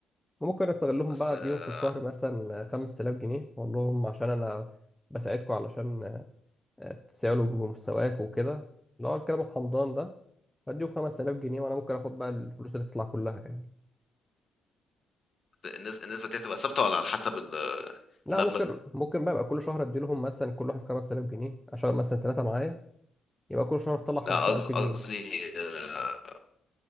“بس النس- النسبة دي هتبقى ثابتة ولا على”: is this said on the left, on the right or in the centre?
Left